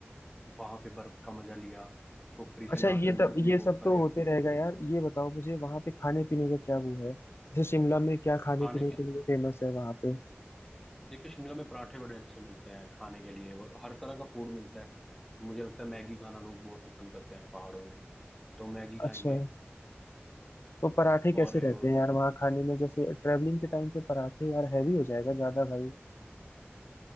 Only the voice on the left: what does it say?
अच्छा
ये तब
ये
सब
तो होते
रहेगा
यार ये बताओ मुझे वहाँ पे खाने पीने का क्या वो है जैसे शिमला में क्या खाने
पीने
के लिए फेमस है वहाँ पे
अच्छा तो पराठे कैसे
रहते हैं यार वहाँ खाने में जैसे ट्रैवलिंग के टाइम पे पराठे यार हैवी हो जाएगा ज्यादा भाई